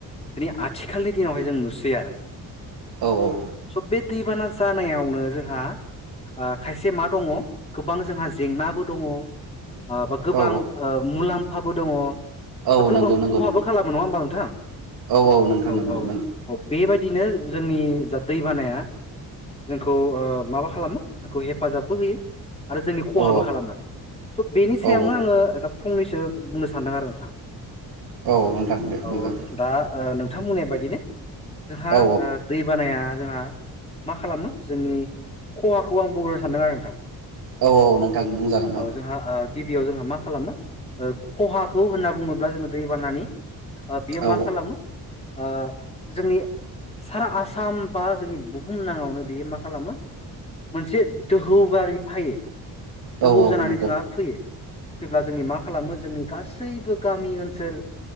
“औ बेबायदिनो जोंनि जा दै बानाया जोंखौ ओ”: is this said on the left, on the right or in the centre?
Left